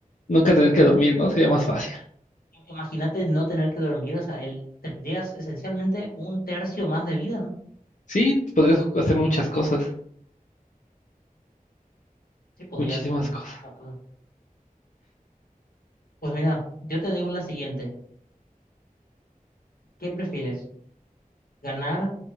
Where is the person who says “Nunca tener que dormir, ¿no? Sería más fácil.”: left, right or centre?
Left